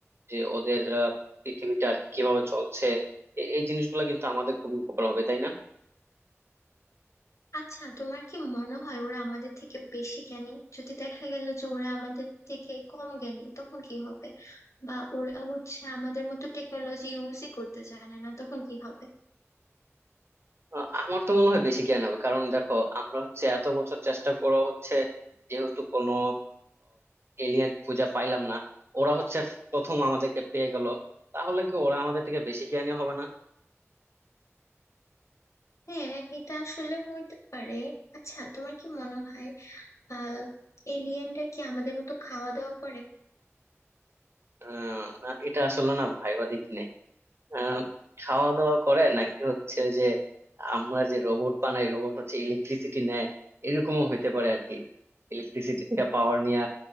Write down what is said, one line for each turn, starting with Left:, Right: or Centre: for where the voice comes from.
Right: যে ওদের আহ, পৃথিবীটা আর কি কিভাবে চলছে এ- এই জিনিসগুলো কিন্তু আমাদের খুবই উপকার হবে তাই না
Left: আচ্ছা তোমার কি মনে হয় ওরা আমাদের থেকে বেশি জ্ঞানী যদি দেখা গেল যে ওরা আমাদের থেকে কম জ্ঞানী তখন কি হবে বা ওরা হচ্ছে আমাদের মতো টেকনোলজি ইউজই করতে জানে না তখন কি হবে
Right: আ- আমার তো মনে হয় বেশি জ্ঞান হবে কারণ দেখো আমরা হচ্ছে এত বছর চেষ্টা করে হচ্ছে যেহেতু কোনো এলিয়েন খুঁজে পাইলাম না ওরা হচ্ছে প্রথম আমাদেরকে পেয়ে গেল তাহলে কি ওরা আমাদের থেকে বেশি জ্ঞানী হবে না
Left: হ্যাঁ এটা আসলে হইতে পারে আচ্ছা তোমার কি মনে হয় আহ এলিয়েনরা কি আমাদের মতো খাওয়া দাওয়া করে
Right: আহ, না এটা আসলে না ভাইবা দেখি নাই। আহ খাওয়া দাওয়া করে নাকি হচ্ছে ওই যে আমরা যে রোবট বানাই রোবট হচ্ছে ইলেকট্রিসিটি নেয় এরকমও হইতে পারে আর কি ইলেকট্রিসিটি থেকে পাওয়ার নিয়ে